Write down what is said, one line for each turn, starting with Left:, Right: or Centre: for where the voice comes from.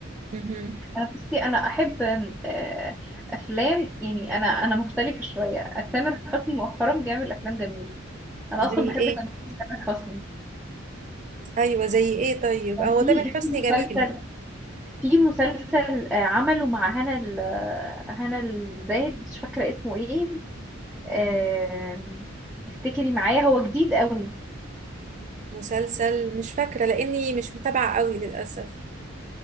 Right: مهم.
Centre: انا بصي انا احب آم، آه، افلام يعني انا انا مختلفة شوية تامر حسني مؤخرا بيعمل افلام جميلة انا اصلا
Right: زي
Centre: بحب
Right: ايه
Centre: تامر تامر حسني
Right: ايوه زي ايه طيب
Centre: كان
Right: هو
Centre: في
Right: تامر حسني
Centre: في مسلسل
Right: جميل
Centre: في مسلسل آه، عمله مع هنا ال- هنا الزاهد مش فاكرة اسمه ايه آم، افتكري معايا هو جديد قوي
Right: مسلسل مش فاكره لاني مش متابعه قوي للاسف